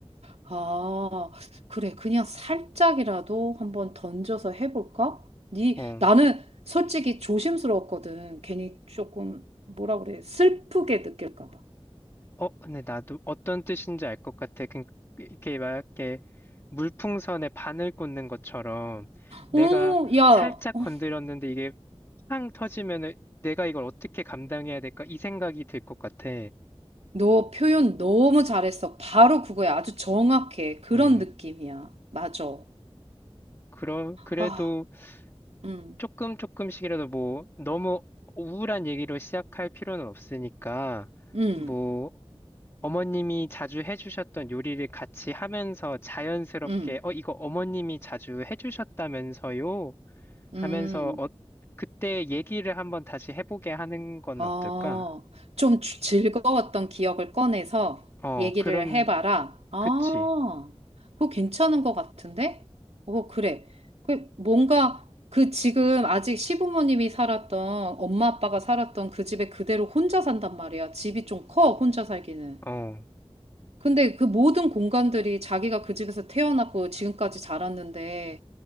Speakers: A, on the right; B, on the left.
A: 아, 그래. 그냥 살짝이라도 한번 던져서 해볼까? 니,
B: 어.
A: 나는 솔직히 조심스러웠거든. 괜히 조금, 뭐라 그래. 슬프게 느낄까 봐.
B: 어, 근데 나도 어떤 뜻인지 알 것 같아. 그, 이렇게 막 이렇게 물풍선에 바늘 꽂는 것처럼 내가
A: 오, 야,
B: 살짝
A: 어,
B: 건드렸는데 이게 팡 터지면은 내가 이걸 어떻게 감당해야 될까? 이 생각이 들 것 같아.
A: 너 표현 너무 잘했어. 바로 그거야. 아주 정확해. 그런
B: 음.
A: 느낌이야. 맞아.
B: 그럼, 그래도
A: 아, 음,
B: 조금 조금씩이라도 뭐 너무 우울한 얘기로 시작할 필요는 없으니까
A: 음,
B: 뭐 어머님이 자주 해주셨던 요리를 같이 하면서 자연스럽게,
A: 음,
B: 어, 이거 어머님이 자주 해주셨다면서요?
A: 음.
B: 하면서, 어, 그때 얘기를 한번 다시 해보게 하는 건
A: 어,
B: 어떨까?
A: 좀 주- 즐거웠던 기억을 꺼내서
B: 어,
A: 얘기를
B: 그럼,
A: 해봐라. 아,
B: 그치.
A: 그거 괜찮은 것 같은데? 어, 그래. 그 뭔가 그 지금 아직 시부모님이 살았던 엄마 아빠가 살았던 그 집에 그대로 혼자 산단 말이야. 집이 좀 커, 혼자 살기는.
B: 어,
A: 근데 그 모든 공간들이 자기가 그 집에서 태어났고 지금까지 자랐는데